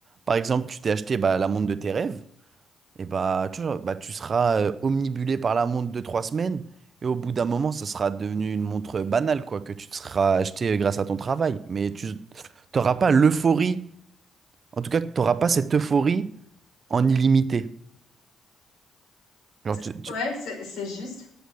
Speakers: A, on the right (about 45°); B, on the left (about 80°).
A: par exemple, tu t'es acheté bah, la montre de tes rêves, Et bah, tu vois, bah, tu seras euh, omnibulé par la montre de trois semaines, et au bout d'un moment, ça sera devenu une montre banale, quoi, que tu te seras acheté euh, grâce à ton travail. Mais tu n'auras pas l'euphorie, en tout cas, tu n'auras pas cette euphorie en illimité. Genre,
B: C'est-
A: tu- tu-
B: Ouais, c'est, c'est juste.